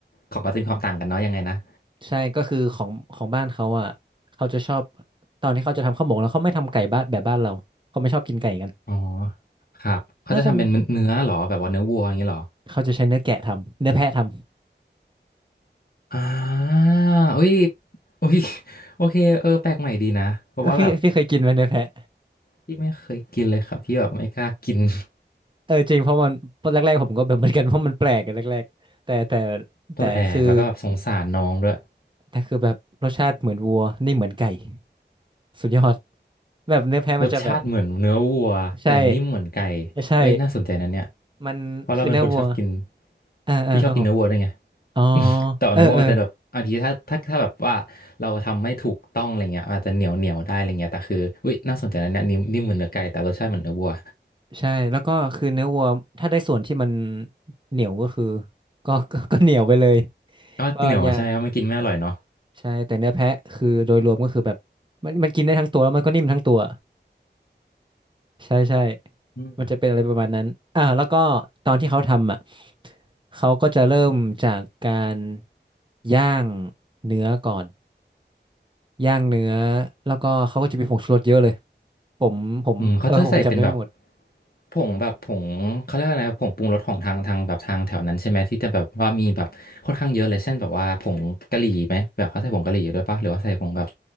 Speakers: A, on the left; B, on the right.
A: ของก็จะมีความต่างกันเนาะยังไงนะ
B: ใช่ก็คือของของบ้านเขาอ่ะเขาจะชอบตอนที่เขาจะทำข้าวหมกแล้วเขาไม่ทำไก่บ้านแบบบ้านเราเขาไม่ชอบกินไก่กัน
A: อ๋อครับเขาจะทำเป็นเนื้อเหรอแบบว่าเนื้อวัวอย่างนี้เหรอ
B: น่าจะเขาจะใช้เนื้อแกะทำเนื้อแพะทำ
A: อ่าอุ้ยอุ้ยโอเคเออแปลกใหม่ดีนะเพราะว่าแบบ
B: เออพี่พี่เคยกินไหมเนื้อแพะ
A: พี่ไม่เคยกินเลยครับพี่แบบไม่กล้ากิน <laughs>
B: เออจริงเพราะมันตอนแรกๆผมก็แบบเหมือนกันเพราะมันแปลกกันแรกๆแต่แต่
A: แปลกแล้วก็แบบสงสารน้องด้วย
B: แต่คือแต่คือแบบรสชาติเหมือนวัวนี่เหมือนไก่สุดยอดแบบเนื้อแพะมันจะแบบ
A: รสชาติเหมือนเนื้อวัวแต่นิ่มเหมือนไก่
B: ใช่ใช่
A: เอ้ยน่าสนใจนะเนี่ย
B: มันคือเนื้อวัว
A: เพราะเราเป็นคนชอบกิน
B: อ่าอ่าครับผม
A: พี่ชอบกินเนื้อวัวด้วยไง <laughs>
B: อ๋อ
A: แต่ว่าเนื้อวัวมันจะแบบบางทีถ้าถ้าถ้าแบบว่าเราทำไม่ถูกต้องอะไรเงี้ยอาจจะเหนียวเหนียวได้อะไรเงี้ยแต่คืออุ้ยน่าสนใจนะเนี่ยนิ่มนิ่มเหมือนเนื้อไก่แต่รสชาติเหมือนเนื้อวัว
B: เออเออ ใช่แล้วก็คือเนื้อวัวถ้าได้ส่วนที่มันเหนียวก็คือก็ก็ <laughs> ก็เหนียวไปเลย
A: ก็เหนียวใช่ก็ไม่กินไม่อร่อยเนาะ
B: ก็ยากใช่แต่เนื้อแพะคือโดยรวมก็คือแบบมันมันกินได้ทั้งตัวแล้วมันก็นิ่มทั้งตัวใช่ใช่
A: อืม
B: มันจะเป็นอะไรประมาณนั้นอ่าแล้วก็ตอนที่เขาทำอ่ะเขาก็จะเริ่มจากการย่างเนื้อก่อนย่างเนื้อแล้วก็เขาก็จะมีผงชูรสเยอะเลยผมผมเออผมจำได้ไม่หมด
A: อืมเขาจะใส่เป็นแบบผงแบบผงเขาเรียกอะไรนะผงปรุงรสของทางทางแบบทางแถวนั้นใช่ไหมที่จะแบบว่ามีแบบค่อนข้างเยอะเลยเช่นแบบว่าผงกะหรี่ไหมแบบเขาใส่ผงกะหรี่ด้วยปะหรือว่าใส่ผงแบบ